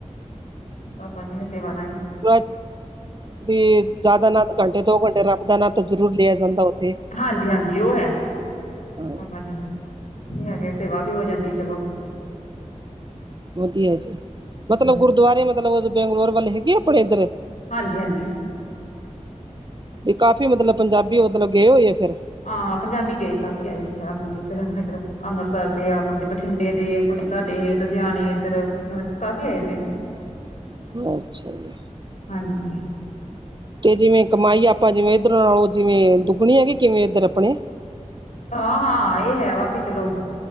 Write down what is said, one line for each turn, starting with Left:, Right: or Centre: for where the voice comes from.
Left: ਬਾਬਾ ਜੀ ਨੇ ਸੇਵਾ ਲਾਈ।
Right: <unintelligible> ਤੇ ਜ਼ਿਆਦਾ ਨਾ ਘੰਟੇ ਦੋ ਘੰਟੇ ਰੱਬ ਦਾ ਨਾ ਤਾਂ ਜ਼ਰੂਰ ਲਿਆ ਜਾਂਦਾ। ਉੱਥੇ
Left: ਹਾਂਜੀ- ਹਾਂਜੀ ਉਹ ਹੈ।
Right: ਹਾਂ
Left: ਬਾਬਾ ਜੀ ਹੈਗੇ ਸੇਵਾ ਵੀ ਹੋ ਜਾਂਦੀ ਚਲੋ।
Right: ਵਧੀਆ ਜੀ
Left: ਹੂੰ
Right: ਮਤਲਬ ਗੁਰਦੁਆਰੇ ਮਤਲਬ ਬੈਂਗਲੋਰ ਵੱਲ ਹੈਗੇ ਆਪਣੇ ਇੱਧਰ
Left: ਹਾਂਜੀ-ਹਾਂਜੀ
Right: ਵੀ ਕਾਫੀ ਮਤਲਬ ਪੰਜਾਬੀ ਮਤਲਬ ਗਏ ਹੋਏ ਆ ਫਿਰ
Left: ਹਾਂ। ਪੰਜਾਬੀ ਗਏ ਕਾਫੀ ਆਏ ਪੰਜਾਬੀ ਇੱਧਰ- ਇੱਧਰ ਅੰਮ੍ਰਿਤਸਰ ਦੇ ਆ ਕੁੱਝ ਬਠਿੰਡੇ ਦੇ ਕੁੱਝ ਤੁਹਾਡੇ ਇਹ ਲੁਧਿਆਣੇ ਇੱਧਰ ਕਾਫੀ ਆਏ ਪਏ ਨੇ।
Right: ਅੱਛਾ ਜੀ
Left: ਹਾਂਜੀ
Right: ਤੇ ਜਿਵੇਂ ਕਮਾਈ ਆਪਾਂ ਜਿਵੇਂ ਇੱਧਰੋਂ ਨਾਲੋਂ ਜਿਵੇਂ ਦੁਗਣੀ ਹੈਗੀ ਕਿਵੇਂ ਇੱਧਰ ਆਪਣੇ
Left: ਹਾਂ ਹਾਂ ਇਹ ਹੈ ਵਾਪਸ ਚਲੋ